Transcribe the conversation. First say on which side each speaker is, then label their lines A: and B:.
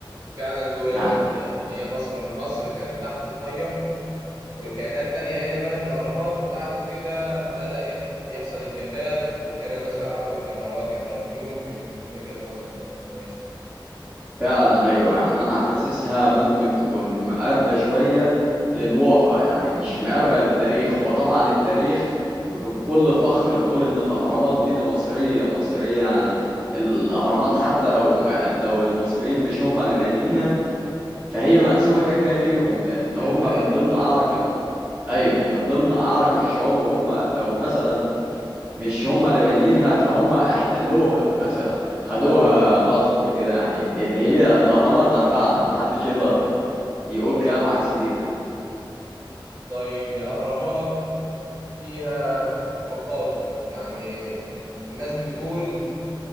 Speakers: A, on the right (about 45°); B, on the right (about 20°).
A: فعلا دي قريبة
B: يعني
A: للحقيقة ان هي مصر مصر كانت تحت المية وكائنات تانية هي اللي بنت الأهرامات وبعد كده بدأت يحصل الجفاف وبقينا نظهر على وجه على وجه الأرض دي ممكن تكون وجهة نظر برضه كويسة
B: فعلا ايوه يعني انا حاسسها ممكن تكون مقربة شوية للواقع يعني مش مقربة للتاريخ وطبعا التاريخ بكل فخر نقول ان الاهرامات دي, دي مصرية مصرية يعني الاهرامات حتى لو ما لو المصريين مش هم اللي بانيينها فهي منسوبة كده كده ليهم لان
A: هي
B: هم
A: بتاعتنا
B: من ضمن
A: طبعا
B: اعرق ال... ايوه من ضمن اعرق الشعوب وهم لو مثلا مش هم اللي بانيينها فهم احتلوها مثلا خدوها
A: أيوه أيوه
B: غصب كده يعني اللي هي الاهرامات تبعنا محدش يقدر يقول كلام عكس دي ده
A: طيب الأهرامات فيها مقابر يعني الناس بتقول